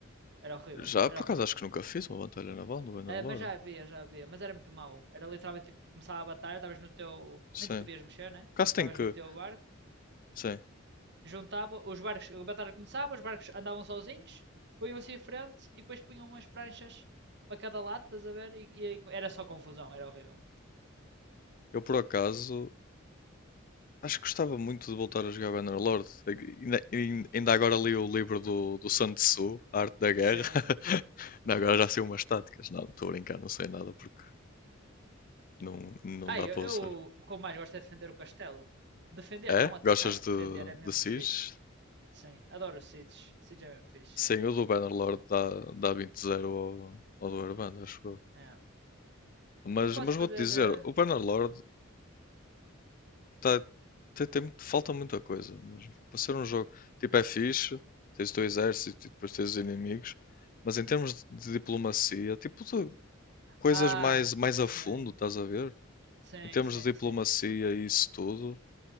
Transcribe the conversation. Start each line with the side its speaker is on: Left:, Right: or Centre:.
Right: Era horrível,
Left: Já,
Right: era
Left: por
Right: horrível.
Left: acaso acho que nunca fiz uma batalha naval no Bannerlord.
Right: Ah, mas já havia, já havia, mas era muito mau. Era literalmente tipo, começava a batalha, estavas no teu.
Left: Sim.
Right: Nem te podias mexer, né?
Left: Por acaso
Right: Estavas
Left: tenho que.
Right: no teu barco,
Left: Sim.
Right: juntava, os barcos, a batalha começava, os barcos andavam sozinhos, punham-se em frente e depois punham umas pranchas para cada lado, estás a ver? E, e era só confusão, era horrível.
Left: Eu por acaso acho que gostava muito de voltar a jogar Bannerlord. Ainda, ain- ainda agora li o livro do, do Sun Tzu, A Arte da Guerra.
Right: Sim.
Left: <laughs> Não, agora já sei umas táticas. Não, estou a brincar, não sei nada porque não, não
Right: Ah,
Left: dá
Right: eu,
Left: para
Right: eu
Left: usar.
Right: o que eu mais gosto é defender o castelo. Defender,
Left: É?
Right: não atacar,
Left: Gostas de,
Right: defender é mesmo
Left: de Siege?
Right: fixe. Sim, adoro o Seeds. Seeds é mesmo fixe.
Left: Sim, o do Bannerlord dá, dá vinte zero ao, ao do Warband, acho eu.
Right: É.
Left: Mas,
Right: Porque podes
Left: mas
Right: fazer.
Left: vou-te dizer,
Right: eh,
Left: o Bannerlord Tá, tem, tem muito- falta muita coisa mesmo. Para ser um jogo, tipo, é fixe, tens o teu exército e depois tens os inimigos, mas em termos de, de diplomacia, tipo, de coisas
Right: Ah,
Left: mais, mais
Right: sim.
Left: a fundo, estás a ver?
Right: Sim,
Left: Em termos
Right: sim,
Left: de diplomacia
Right: sim.
Left: e isso tudo,